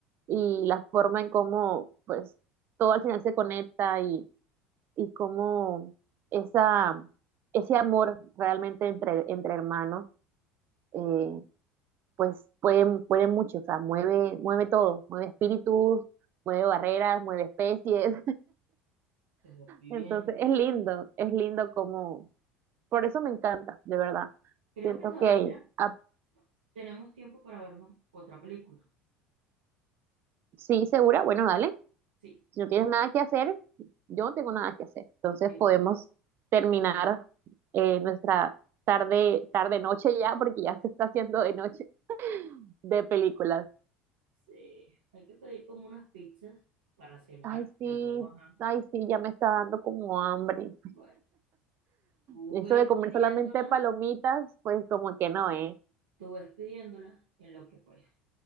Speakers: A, on the right; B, on the right.
A: y la forma en cómo, pues, todo al final se conecta y, y cómo esa, ese amor realmente entre, entre hermanos, eh, pues puede, puede mucho, o sea, mueve, mueve todo, mueve espíritus, mueve barreras, mueve especies,
B: Te estoy
A: Entonces,
B: viendo.
A: es lindo, es lindo como, por eso me encanta, de verdad.
B: Creo
A: Siento
B: que todavía
A: que, ah,
B: tenemos tiempo para vernos otra película.
A: sí, segura, bueno, dale,
B: Sí,
A: si no tienes nada que hacer, yo no tengo nada que hacer. Entonces,
B: esta.
A: podemos terminar eh, nuestra tarde, tarde noche ya, porque ya se está haciendo de noche, de películas.
B: Sí, hay que pedir como unas pizzas para cenar,
A: Ay, sí,
B: que luego, ajá.
A: ay, sí, ya me está dando como hambre.
B: Bueno, tú
A: Eso
B: ves
A: de comer
B: pidiéndola,
A: solamente palomitas, pues como que no, ¿eh?
B: tú ves pidiéndola, en lo que pues